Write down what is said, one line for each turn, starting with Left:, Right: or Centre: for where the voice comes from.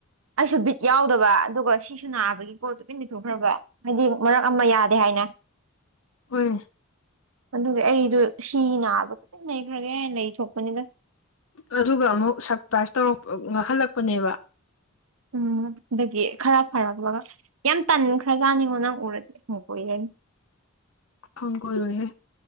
Right: ꯑꯩꯁꯨ ꯕꯤꯠ ꯌꯥꯎꯗꯕ ꯑꯗꯨꯒ ꯁꯤꯁꯨ ꯅꯥꯕꯒꯤ ꯀꯣ ꯇꯨꯃꯤꯟ ꯂꯤꯊꯣꯛꯈ꯭ꯔꯕ ꯍꯥꯏꯗꯤ ꯃꯔꯛ ꯑꯃ ꯌꯥꯗꯦ ꯍꯥꯏꯅ
Left: ꯍꯣꯏ
Right: ꯑꯗꯨꯒꯤ ꯑꯩꯗꯣ ꯁꯤ ꯅꯥꯕꯒꯤ ꯂꯩꯈ꯭ꯔꯒꯦ ꯂꯩ ꯊꯣꯛꯄꯅꯤꯗ
Left: ꯑꯗꯨꯒ ꯑꯃꯨꯛ ꯁꯔꯄ꯭ꯔꯥꯏꯖ ꯇꯧꯔꯛꯄ ꯉꯥꯡꯍꯜꯂꯛꯄꯅꯦꯕ
Right: ꯎꯝ ꯑꯗꯒꯤ ꯈꯔ ꯐꯔꯛꯄꯒ ꯌꯥꯝ ꯇꯟꯈ꯭ꯔꯖꯥꯠꯅꯤꯡꯉꯣ ꯅꯪ ꯎꯔꯗꯤ ꯀꯨꯏꯔꯅꯤ
Left: ꯍꯣꯡ ꯀꯔꯣꯏꯍꯦ